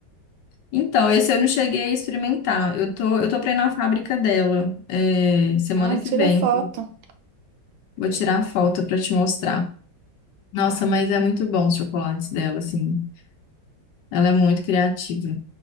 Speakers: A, on the left (about 70°); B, on the right (about 85°).
A: Então, esse eu não cheguei a experimentar. Eu tô, eu tô pra ir na fábrica dela, é, semana
B: Ai,
A: que
B: tira
A: vem.
B: foto.
A: Vou tirar a foto pra te mostrar. Nossa, mas é muito bom os chocolates dela, assim. Ela é muito criativa.